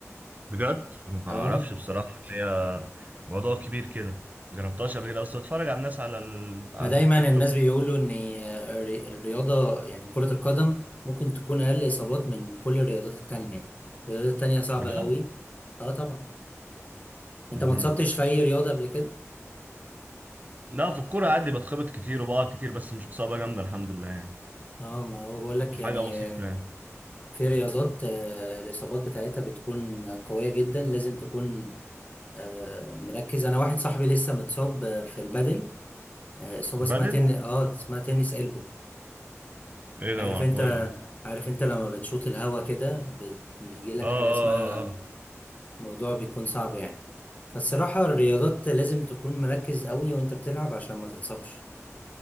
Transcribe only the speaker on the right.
بجد أنا ما
اعرفش بصراحه إن هي موضوع كبير كده ما جربتهاش قبل كده بس بتفرج على الناس على ال... على
التيك
توك
بجد
مم.
لا في الكوره عادي بتخبط كتير وبقع كتير بس مش اصابه جامده الحمد لله يعني
دي
حاجه بسيطه
يعني
بدل
ايه ده
ما اعرفهاش
دي
اه اه
اه